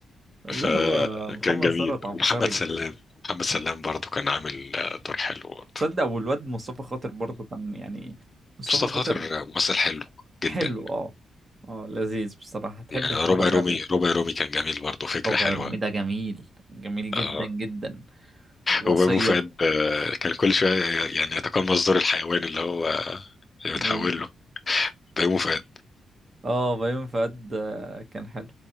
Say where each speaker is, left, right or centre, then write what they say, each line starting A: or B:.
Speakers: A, on the right; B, on the left.
A: لا
B: فكان
A: هو محمد
B: جميل
A: ثروت عبقري
B: ومحمد سلام محمد سلام برضو كان عامل آه، دور حلو برضو
A: تصدق والواد مصطفى خاطر برضه كان يعني مصطفى
B: مصطفى
A: خاطر
B: خاطر آه، ممثل حلو جدا
A: حلو اه اه لذيذ بصراحة تحب
B: يعني
A: تتفرج
B: ربع رومي
A: عليه
B: ربع رومي كان جميل برضو فكرة
A: ربع
B: حلوة
A: رومي ده جميل جميل جدا
B: آه،
A: جدا الوصية
B: وبابو فؤاد آه، كان كل شوية يعني يتقمص دور الحيوان اللي هو اللي بتحول
A: ايه
B: له بيومه فؤاد
A: اه بيومي فؤاد آه، كان حلو